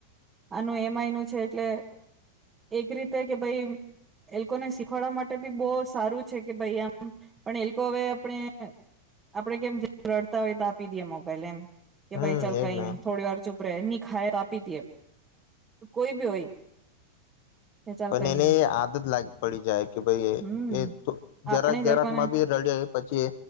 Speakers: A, on the right (about 20°); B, on the left (about 50°).
A: આનું એમ આઈ નું છે, એટલે એક રીતે કે ભાઈ એ લોકોને શીખવાડવા માટે બી બહુ સારું છે, કે ભાઈ આમ, પણ એ લોક હવે આપણે આપણે કેમ, જે રડતા હોય તો આપી દીએ મોબાઈલ એમ. કે
B: હમ
A: ભાઈ, ચાલ
B: એજ
A: કંઈ
B: ને
A: નંઈ. થોડી વાર ચૂપ પ રે. ની ખાઈ તો આપી દીએ. કોઈ બી હોય. કે ચાલ
B: પન
A: કઈ
B: એને
A: નઈ
B: એ આદત લાગ પડી જાય, કે ભાઈ
A: હમ
B: એ
A: આપણે
B: જરાક
A: જે
B: જરાકમાં
A: લોકોને
B: બી રડ્યા, પછી